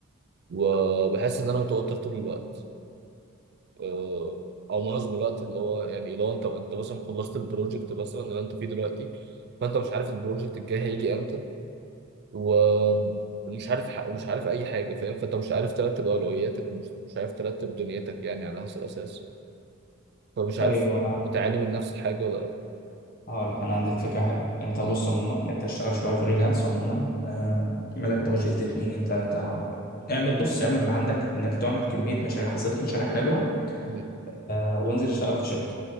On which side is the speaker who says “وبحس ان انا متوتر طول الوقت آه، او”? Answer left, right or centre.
Right